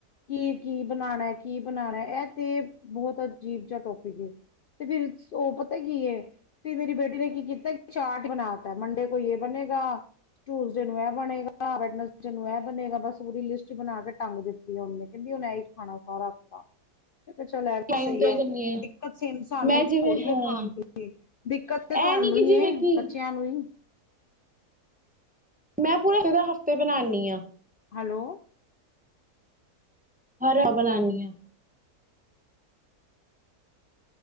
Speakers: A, on the left; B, in the centre.
A: ਕੀ ਕੀ ਬਣਾਉਣਾ ਕੀ ਬਣਾਉਣਾ ਇਹ ਤੇ ਬਹੁਤ ਅਜੀਬ ਜਿਹਾ ਟੋਪਿਕ ਏ ਤੇ ਫਿਰ ਉਹ ਪਤਾ ਕੀ ਫੇਰ ਮੇਰੀ ਬੇਟੀ ਨੇ ਕੀ ਕੀਤਾ ਚਾਟ ਬਣਾ ਤ ਮੰਡੇ ਕੋਈ ਇਹ ਬੰਨੇ ਗਾ ਟੂਸਡੇ ਨੂੰ ਇਹ ਬਣੇਗਾ ਵੈਡਨਸਡੇਅ ਨੂੰ ਇਹ ਬਣੇਗਾ ਬਸ ਪੂਰੀ ਲਿਸਟ ਬਣਾ ਕੇ ਟੰਗ ਦਿੱਤੀ ਆ ਉਹਨ ਨੇ ਕਹਿੰਦੀ ਉਹ ਇਹ ਹੀ ਖਾਣਾ ਸਾਰਾ ਹਫਤਾ ਮੈ ਕਿਹਾ ਚੱਲ ਇਹ ਵੀ
B: ਟਾਈਮ
A: ਸਹੀ
B: ਤੇ
A: ਹੈ
B: ਕਰਨੀ
A: ਦਿੱਕਤ ਸ ਸਾਨੂੰ
B: ਮੈਂ
A: ਥੋੜ੍ਹੀ
B: ਜਿਵੇਂ ਹਾਂ
A: ਹੈ ਖਾਣ ਪੀਣ ਦੀ ਦਿੱਕਤ
B: ਇਹ
A: ਤੇ ਤੁਹਾਨੂੰ
B: ਨੀ ਕਿ
A: ਹੀ
B: ਜਿਵੇਂ ਕਿ
A: ਬੱਚਿਆਂ ਨੂੰ ਹੀ।
B: ਮੈਂ ਪੂਰੇ ਪੂਰਾ ਹਫ਼ਤੇ ਬਣਾਦੀ ਹਾਂ।
A: ਹੈਲੋ
B: ਹਰ ਹ ਬਣਾਾਨੀ ਹਾਂ